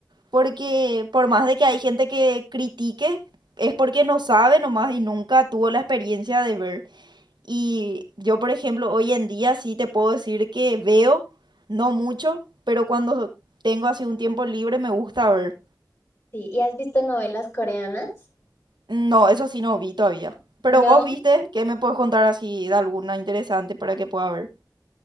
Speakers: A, on the right; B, on the left.
A: porque por más de que hay gente que critique, es porque no sabe nomás y nunca tuvo la experiencia de ver. Y yo, por ejemplo, hoy en día sí te puedo decir que veo, no mucho, pero cuando tengo así un tiempo libre me gusta ver.
B: Sí, ¿y has visto novelas coreanas?
A: No, eso sí no vi todavía. Pero
B: No.
A: vos viste, ¿qué me puedes contar así de alguna interesante para que pueda ver?